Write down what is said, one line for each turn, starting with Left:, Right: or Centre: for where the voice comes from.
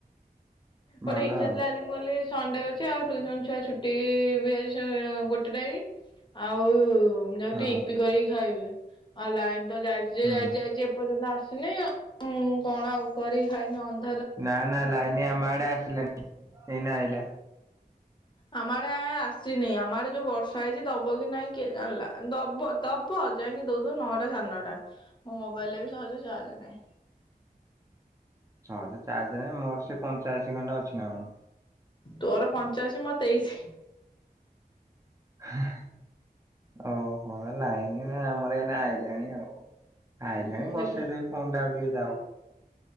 Left: ଗୋଟେ
Right: ଭଲ
Left: ଇଚ୍ଛା
Right: ଆଉ
Left: ଥିଲା ଆଜି ମୁଁ ଗଲି ଏ ସଣ୍ଡେ ଅଛି ଆଉ ଟ୍ୟୁସନ ଛୁଆ ଛୁଟି ଇ ବି ଆଜି ସଁ ଗୋଟେ ଟାଇମ୍ ଆଉ। ଯାଉଛି
Right: ହଁ
Left: ଟିକେ ଇପି କରିକି ଖାଇବେ ଆଉ ଲାଇନ ତ ଯାଇଛି ଯେ
Right: ହୁଁ
Left: ଯାଇଚି ଯାଇଚି ଏପର୍ଯ୍ୟନ୍ତ ଆସିନି। ନାଇଁ ଆଉ ମୁଁ କଣ କରି ଖାଇବି ଅନ୍ଦାରେ।
Right: ନା ନା ଲାଇନି ଆମ ଆଡେ ଆସିଲାନି। ହେଇନେ ଆଇଲା।
Left: ଆମର ଆଏଁ ଆସିନି। ଆମର ଯୋଉ ବର୍ଷା ହେଇଚି, ଦବ କି ନାଇଁ କିଏ ଜାଣିଲା, ଦବ ଦବ- ଯାଇକି ଦଉଦଉ ନଅଟା ସାଡ୍ ନଅଟା। ମୋ ମୋବାଇଲରେ ବି ସହଜେ ଚାର୍ଜ ନାହିଁ।
Right: ସହଜେ ଚାର୍ଜ ନାହିଁ। ମୋର ସେ ପଞ୍ଚାଅଶୀ ଖଣ୍ଡେ ଅଛି ନା କଣ?
Left: ତୋର ପଞ୍ଚାଅଶୀ, ମୋର୍ ତେଇଶି।
Right: ହା ହା ଅଉହୋ ଲାଇନ ଏଁ ଆମର ଏଇନେ ଆଇଲାଣି ଆଉ। ଆଇଲାଣି
Left: ମୁଁ
Right: ବସେଇଦେବି
Left: ଦେଖେ
Right: ଫୋନ୍ ଟା ଆଉ ଟିକେ ଯାଉ।